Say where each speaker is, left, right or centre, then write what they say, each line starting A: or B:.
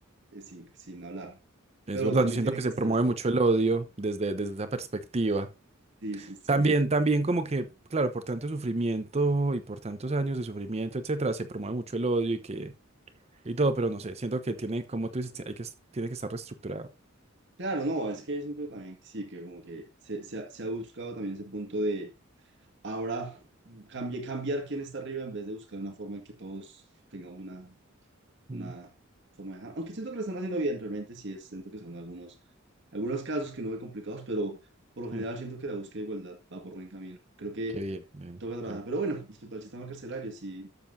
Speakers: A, on the right; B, on the right.
A: eh, sin, sin hablar,
B: es
A: pero
B: verdad.
A: también
B: Yo siento
A: tiene
B: que
A: que
B: se
A: estar
B: promueve
A: ese enfoque.
B: mucho el odio desde, desde esa perspectiva.
A: Sí, sí, sí.
B: También, también como que, claro, por tanto sufrimiento y por tantos años de sufrimiento, etcétera, se promueve mucho el odio y que y todo, pero no sé, siento que tiene, como tú dices, ti- hay que, es- tiene que estar reestructurado.
A: Claro, no, es que es un tema también, que sí, que como que se, se ha, se ha buscado también ese punto de ahora cambie- cambiar quién está arriba en vez de buscar una forma en que todos tengamos una una
B: Mm,
A: forma de dejar. Aunque siento que lo están haciendo bien, realmente sí es, siento que son algunos, algunos casos que no ve complicados, pero por lo general
B: Sí.
A: siento que la búsqueda de igualdad va por buen camino. Creo que
B: Qué bien. bien,
A: toca trabajar.
B: qué-
A: Pero bueno, respecto al sistema carcelario, sí,